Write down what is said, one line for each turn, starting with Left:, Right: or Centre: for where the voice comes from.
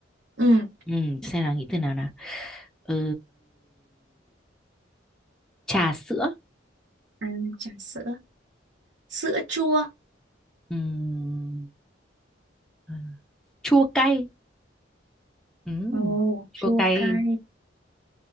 Right: Ừ.
Centre: ừ, Xem nào nghĩ từ nào nào ừ... Trà sữa
Right: À, trà sữa. Sữa chua.
Centre: Ừm, à, Chua cay Ừm,
Right: Ồ,
Centre: Chua
Right: chua
Centre: cay
Right: cay.